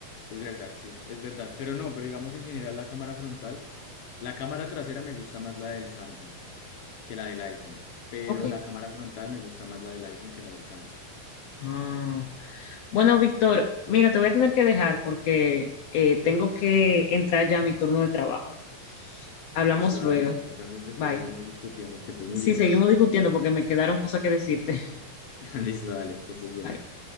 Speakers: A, on the left; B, on the left.
A: Es verdad, sí, es verdad. Pero no, pero digamos en general la cámara frontal, la cámara trasera me gusta más la del Samsung. que la del iPhone, pero
B: Ok.
A: la cámara frontal me gusta más la del iPhone que la del Samsung.
B: Ah. Bueno, Víctor, mira, te voy a tener que dejar porque eh, tengo que entrar ya a mi turno de trabajo. Hablamos
A: Listo, dale.
B: luego.
A: Entonces después
B: Bye.
A: seguimos discutiendo. Que estés muy
B: Sí,
A: bien.
B: seguimos discutiendo porque me quedaron cosas que decirte. <laughs>
A: <laughs> Listo, dale. Que estés bien.
B: Bye.